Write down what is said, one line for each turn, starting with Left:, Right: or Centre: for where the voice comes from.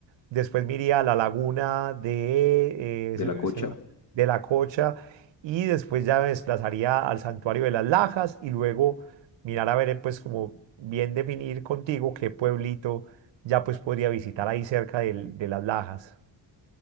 Right: Después me iría a la laguna de,
Left: De
Right: eh, se
Left: la
Right: me-
Left: cocha.
Right: se me- de la Cocha y después ya me desplazaría al santuario de las Lajas y luego mirar a ver, eh, pues como bien definir contigo qué pueblito ya pues podría visitar ahí cerca del- de las Lajas.